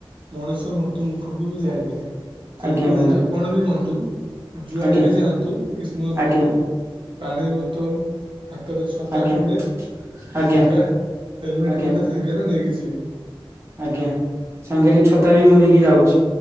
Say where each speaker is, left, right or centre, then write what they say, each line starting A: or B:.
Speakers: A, on the right (about 60°); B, on the right (about 30°).
A: ମଣିଷ ମୃତ୍ୟୁ ମୁଖକୁ ବି ଯାଇପାରେ। ତେଣୁକରି
B: ଆଜ୍ଞା ବନ୍ଧୁ
A: ଆପଣ ବି ବନ୍ଧୁ ଯୁଆଡେ
B: ଆଜ୍ଞା
A: ବି ଯାଆନ୍ତୁ ଗ୍ରୀଷ୍ଣ ଋତୁରେ
B: ଆଜ୍ଞା
A: ପାଣି ବୋତଲ ହାତରେ ଛତା
B: ଆଜ୍ଞା
A: ଖଣ୍ଡେ
B: ଆଜ୍ଞା
A: କିମ୍ବା ହେଲମେଟ
B: ଆଜ୍ଞା
A: ଖଣ୍ଡେ ସାଙ୍ଗରେ ନେଇକି ଯିବ।
B: ଆଜ୍ଞା ସାଙ୍ଗରେ ଛତା ବି ମୁଁ ନେଇକି ଯାଉଛି।